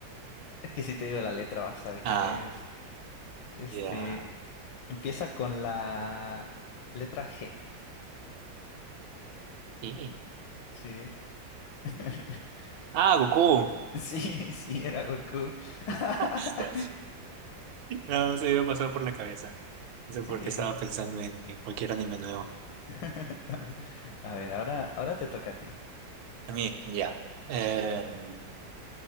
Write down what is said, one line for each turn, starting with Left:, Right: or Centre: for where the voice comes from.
Left: Es que si te digo la letra vas a saber quién
Right: Ah,
Left: es. Este,
Right: Ya.
Left: empieza con la letra G,
Right: Sí.
Left: ¿sí? <laughs>
Right: Ah, Goku.
Left: Sí, sí, era Goku. <laughs>
Right: <laughs> No, no se me iba a pasar por la cabeza. No sé
Left: Sí,
Right: por qué estaba
Left: era.
Right: pensando en, en cualquier anime nuevo.
Left: <laughs> A ver, ahora, ahora te toca a ti.
Right: A mí, ya. Em,